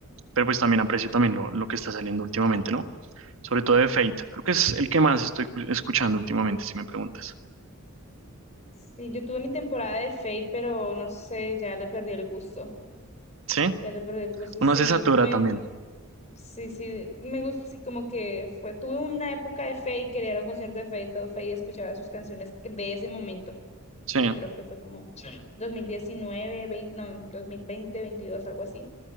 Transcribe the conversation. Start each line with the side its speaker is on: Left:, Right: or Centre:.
Right: pero pues también aprecio también lo, lo que está saliendo últimamente, ¿no? Sobre todo de Fate. Creo que es el que más estoy cu- escuchando últimamente, si me preguntas.
Left: Sí, yo tuve mi temporada de Fate, pero no sé, ya le perdí el gusto,
Right: ¿Sí?
Left: ya le perdí el gusto,
Right: Uno
Left: sí,
Right: se satura
Left: me...
Right: también.
Left: Sí, sí, me gusta, sí, como que fue, tuve una época de Fate, quería ir a un concierto de Fate, todo Fate, escuchaba sus canciones de ese momento,
Right: Sí,
Left: que creo que fue como 2019 20 no, 2020 22 algo así.